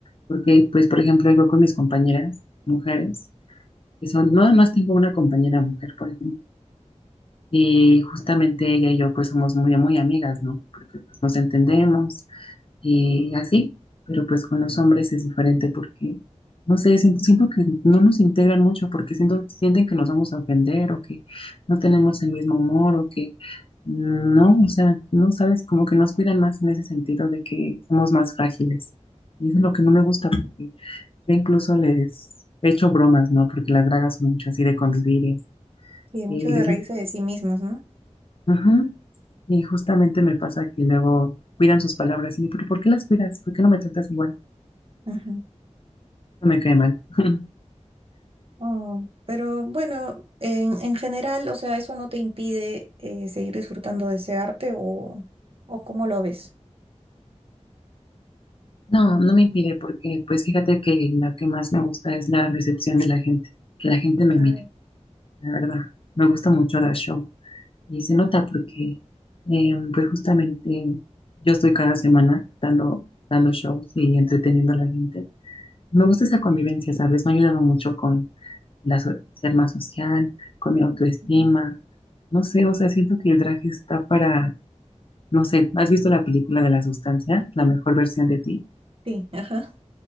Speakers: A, on the left; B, on the right.
A: porque, pues, por ejemplo, yo con mis compañeras, mujeres, Eso, nada más tengo una compañera mujer, por ejemplo, y justamente ella y yo pues somos muy, muy amigas, ¿no? Porque pues nos entendemos y así, pero pues con los hombres es diferente porque, no sé, siento, siento que no nos integran mucho porque siento, sienten que nos vamos a ofender o que no tenemos el mismo humor o que, mm, no, o sea, no sabes, como que nos cuidan más en ese sentido de que somos más frágiles. Y eso es lo que no me gusta porque yo incluso les he hecho bromas, ¿no? Porque las dragas son mucho así de convivir y así.
B: Sí, mucho
A: Y
B: de
A: les
B: reírse
A: digo,
B: de sí mismos, ¿no?
A: ajá. Y justamente me pasa que luego cuidan sus palabras y yo, pero ¿por qué las cuidas? ¿Por qué no me tratas igual?
B: Ujú.
A: No me cae mal. <laughs>
B: Oh, pero bueno, en, en general, o sea, ¿eso no te impide eh, seguir disfrutando de ese arte o, o cómo lo ves?
A: No, no me impide porque pues fíjate que lo que más me gusta es la recepción de la gente, que la gente me
B: Ay,
A: mire, la verdad. Me gusta mucho dar show y se nota porque eh, pues justamente yo estoy cada semana dando, dando shows y entreteniendo a la gente. Me gusta esa convivencia, ¿sabes? Me ha ayudado mucho con la so- ser más social, con mi autoestima.
B: ujú.
A: No sé, o sea, siento que el drag está para, no sé, ¿has visto la película de la sustancia, la mejor versión de ti?
B: Sí, ajá.